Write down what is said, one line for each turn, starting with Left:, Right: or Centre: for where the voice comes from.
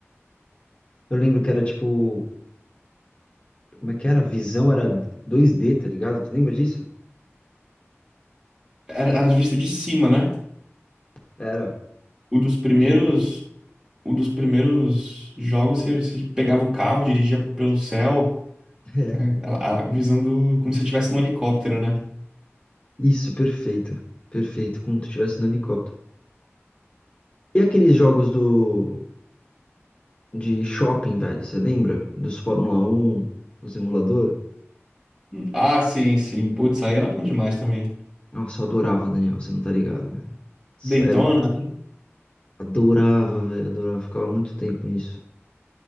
Left: Eu lembro que era tipo. Como é que era? A visão era 2D, tá ligado? Tu lembra disso?
Right: Era, era visto de cima, né?
Left: Era
Right: O dos primeiros,
Left: ridículo.
Right: o dos primeiros jogos, você, você pegava o carro, dirigia pelo céu,
Left: <laughs>
Right: né? A, a, visando como se estivesse num helicóptero, né?
Left: Isso, perfeito. Perfeito, como tu estivesse no helicóptero. E aqueles jogos do de shopping, velho, você lembra? Dos Fórmula Um, os emulador?
Right: Ah, sim, sim. Putz, aí era bom demais também.
Left: Nossa, eu adorava, Daniel, você não tá ligado, velho. Saia
Right: Daytona,
Left: do...
Right: né?
Left: Adorava, velho, adorava. Ficava muito tempo nisso.